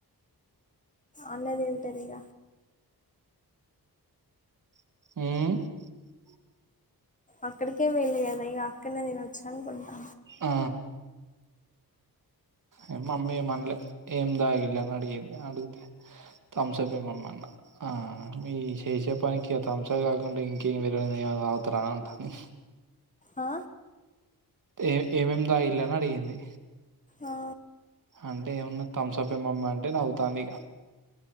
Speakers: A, on the left; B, on the right.
A: అన్నదింటదిగ
B: మ్
A: అక్కడికే వెళ్ళి కదా ఇగ అక్కడనే తినొచ్చ అనుకుంటా.
B: ఆ ఏ మమ్మీ ఏమనలే ఏం తగిళ్ళని అడిగింది. అడిగితే తంసపే మమ్మీ అన్న. ఆ మీ ఇ చేసే పనికి ఆ తంసప్ కాకుంటే ఇంకేమిర ఇ ఏమన్న తాగుతారా అంటాంది.
A: ఆ
B: ఏ ఏమేమి తాగిళ్ళని అడిగింది.
A: ఆ
B: అంటే ఏమన్న థమ్సప్ ఏ మమ్మీ అంటే నవ్వుతాంది ఇగ